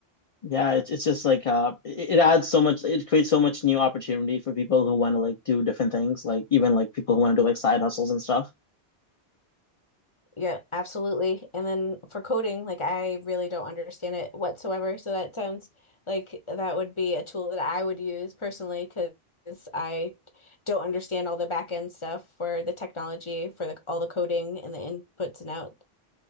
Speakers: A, on the left; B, on the left.
A: Yeah, it's it's just like uh it, it adds so much it creates so much new opportunity for people who want to like do different things, like even like people who want to do like side hustles and stuff.
B: Yeah, absolutely. And then for coding, like I really don't understand it whatsoever. So that sounds like that would be a tool that I would use personally because I don't understand all the back end stuff for the technology, for the all the coding and the inputs and outs.